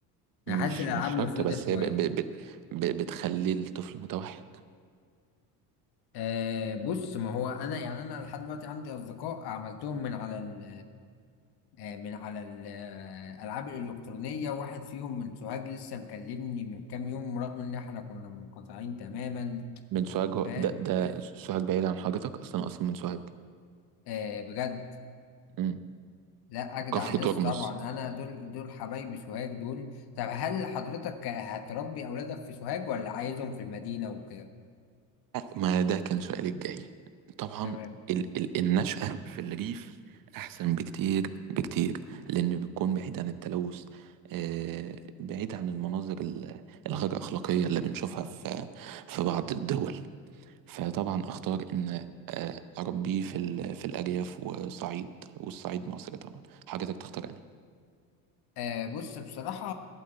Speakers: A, on the right (about 50°); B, on the left (about 60°).
A: مش
B: أنا حاسس الألعاب
A: مش شرط
B: مفيدة
A: بس
B: شوية
A: هي ب... ب... ب... ب... بتخلي الطفل متوحد
B: أه بص ما هو أنا يعني أنا لحد دلوقتي عندي أصدقاء عملتهم من على ال آه، من على الألعاب الإلكترونية واحد فيهم من سوهاج لسه مكلمني من كام يوم رغم إن إحنا كنا منقطعين تماما
A: من سوهاج هو-
B: فاهم
A: ده ده سوهاج بعيد عن حضرتك أصلا أصلا من سوهاج
B: أه بجد
A: مم.
B: لا اجدع
A: كفر
B: ناس
A: ترمز
B: طبعا انا دول دول حبايبي سوهاج دول طب هل حضرتك هتربي اولادك في سوهاج ولا عايزهم في المدينة وكده
A: ما ده كان سؤالي الجاي طبعا
B: تمام
A: ال ال النشأة في الريف أحسن بكتير بكتير لأن بتكون بعيد عن التلوث آه بعيد عن المناظر ال- الغير أخلاقية اللي بنشوفها في في بعض الدول فطبعا أختار إن آه أربيه في ال في الأرياف وصعيد والصعيد مصر طبعا حضرتك تختار أنهي
B: آه بص بصراحة